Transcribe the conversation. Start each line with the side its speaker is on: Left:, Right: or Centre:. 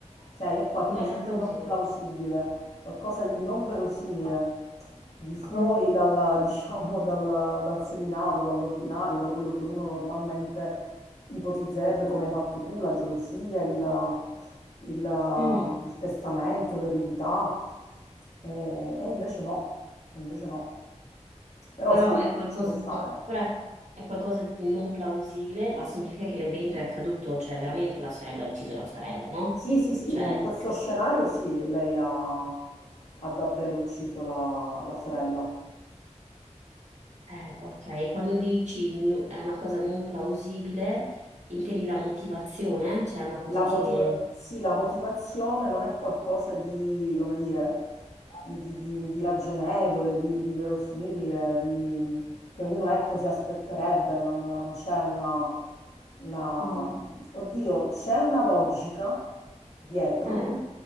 Left: ok? È qualcosa
Right: Non è
Left: di
Right: plausibile.
Left: non plausibile, qualcosa di non verosimile, di fuori
Right: No.
Left: dalla- <laughs> diciamo, dal, dal seminato, dall'ordinario, da quello che uno normalmente ipotizzerebbe come hai fatto tu, la gelosia, il, il-
Right: Mm.
Left: il testamento, l'eredità, e, e invece no, e invece no. Però
Right: Però
Left: sì,
Right: è qualcosa,
Left: ci può stare.
Right: però è qualcosa di non plausibile, ma significa che l'evento è accaduto, cioè veramente la sorella ha ucciso la sorella, no?
Left: Sì, sì, sì,
Right: Cioè,
Left: ne- in questo scenario sì, lei ha, ha davvero ucciso la, la sorella.
Right: eh, ok, quando dici no- è una cosa non plausibile, intendi la motivazione, cioè è una cosa
Left: La
Right: che...
Left: motiva- sì, la motivazione non è qualcosa di, come dire, di, di- di- di ragionevole, di, di verosimile, di- che uno ecco si aspetterebbe, non, non c'è una, una...
Right: Mm.
Left: Oddio, c'è una logica dietro,
Right: Eh?